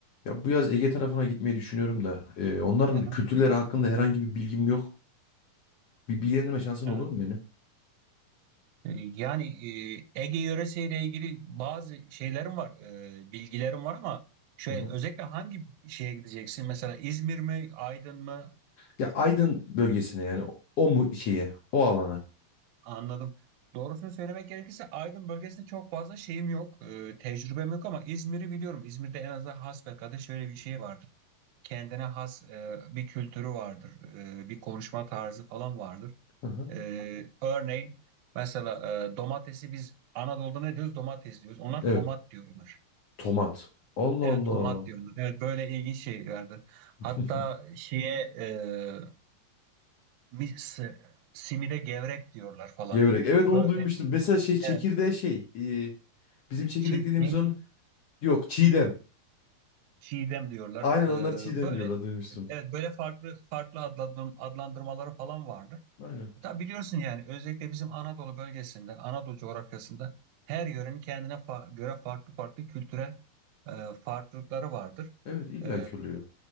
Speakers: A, on the left (about 65°); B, on the right (about 75°).
A: Ya bu yaz Ege tarafına gitmeyi düşünüyorum da. e, onların
B: Aha,
A: kültürleri hakkında herhangi bir bilgim yok. Bir bilgilendirme şansın
B: evet.
A: olur mu beni?
B: Ee, Yani e, Ege yöresiyle ilgili bazı şeylerim var, e, bilgilerim var ama şey
A: Hı hı.
B: özellikle hangi şeye gideceksin? Mesela İzmir mi, Aydın mı?
A: Ya Aydın bölgesine yani o o mu şeye, o alana.
B: Anladım. Doğrusunu söylemek gerekirse Aydın bölgesinde çok fazla şeyim yok, e, tecrübem yok ama İzmir'i biliyorum. İzmir'de en azından hasbelkader şöyle bir şey vardır. Kendine has e, bir kültürü vardır, e, bir konuşma tarzı falan vardır.
A: Hı hı.
B: Ee, örneğin mesela e, domatesi biz Anadolu'da ne diyoruz? Domates diyoruz. Onlar
A: Evet.
B: tomat diyorlar.
A: Tomat. Allah
B: Evet
A: Allah.
B: tomat diyorlar. Evet böyle ilginç şeylerdi.
A: <laughs>
B: Hatta şeye e, mis, si, simide gevrek diyorlar falan.
A: Gevrek. Evet
B: Böyle
A: onu duymuştum. Mesela şey çekirdeğe
B: evet
A: şey. e, bizim çekirdek
B: Çin,
A: dediğimiz
B: neydi?
A: onun. Yok çiğdem.
B: Çiğdem diyorlar.
A: Aynen onlar çiğdem
B: Ee, böyle
A: diyorlar duymuştum.
B: evet böyle farklı farklı adlandır- adlandırmaları falan vardır.
A: Aynen.
B: Tabi biliyorsun yani özellikle bizim Anadolu bölgesinde, Anadolu coğrafyasında her yörenin kendine fa- göre farklı farklı kültürel e, farklılıkları vardır.
A: Evet illaki
B: E,
A: oluyor.